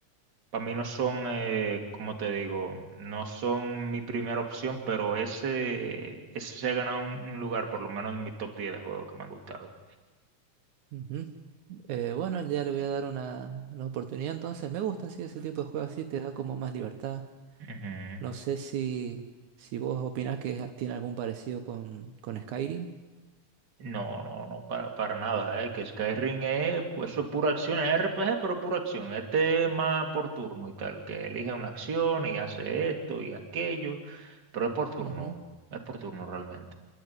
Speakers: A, on the right (about 35°); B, on the right (about 75°).
A: para mí no son, eh, como te digo, no son mi primera opción, pero ese, ese se ha ganado un, un lugar, por lo menos en mi top 10 de juegos que me han gustado.
B: ujú. Eh, bueno, ya le voy a dar una, una oportunidad, entonces me gusta sí, ese tipo de juegos así, te da como más libertad.
A: Ujú.
B: No sé si, si vos opinás que es- tiene algún parecido con, con Skyrim.
A: No, no, no, para, para nada, eh, que Skyrim es, pues eso es pura acción, es RPG, pero pura acción, este es tema por turno y tal, que elige una acción y hace esto y aquello, pero es por turno,
B: Ujú.
A: es por turno realmente.